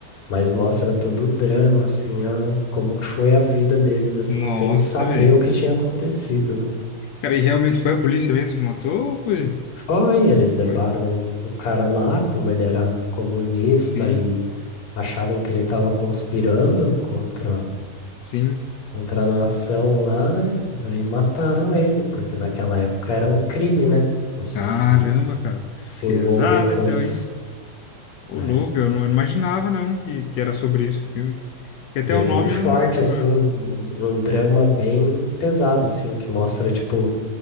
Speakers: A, on the left (about 50°); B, on the left (about 80°).
A: Mas mostra todo o drama, assim, a, como que foi a vida deles, assim,
B: Nossa,
A: sem saber
B: velho.
A: o que tinha acontecido, né?
B: Cara, e realmente foi a polícia mesmo que matou ou foi?
A: Foi, eles levaram
B: Foi.
A: o cara lá, como ele era comunista
B: Sim,
A: e achavam que ele estava conspirando contra
B: sim.
A: contra a nação lá, né? Daí mataram ele, porque naquela época era um crime, né? Você
B: Caramba,
A: se
B: cara.
A: se
B: Pesado
A: envolver com
B: então,
A: isso.
B: hein? Ô,
A: É.
B: louco, eu não imaginava não que, que era sobre isso o filme. Porque até
A: E é
B: o
A: bem
B: nome
A: forte,
B: não dá pra.
A: assim, um um drama bem pesado, assim, que mostra, tipo,